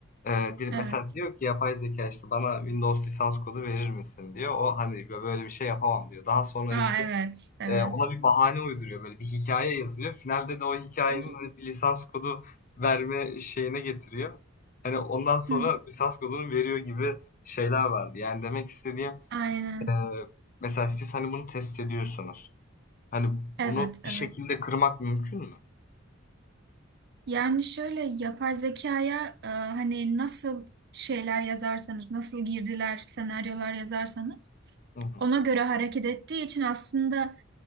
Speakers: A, on the left (about 40°); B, on the right (about 55°).
A: Eee, dir-
B: Evet.
A: mesela diyor ki yapay zeka işte bana Windows lisans kodu verir misin diyor. O hani böyle bir şey yapamam diyor. Daha sonra
B: Aa
A: işte
B: evet, evet.
A: Eee, ona bir bahane uyduruyor, böyle bir hikaye yazıyor. Finalde de o hikayenin
B: Hı hı.
A: hani, bir lisans kodu verme şeyine getiriyor. Hani, ondan sonra
B: Hı hı.
A: lisans kodunu veriyor gibi şeyler vardı. Yani demek istediğim,
B: Aynen.
A: eee, mesela siz, hani, bunu test ediyorsunuz. Hani,
B: Evet,
A: bunu
B: evet.
A: bir şekilde kırmak mümkün mü?
B: Yani şöyle yapay zekaya e, hani nasıl şeyler yazarsanız, nasıl girdiler, senaryolar yazarsanız
A: Hı hı.
B: ona göre hareket ettiği için aslında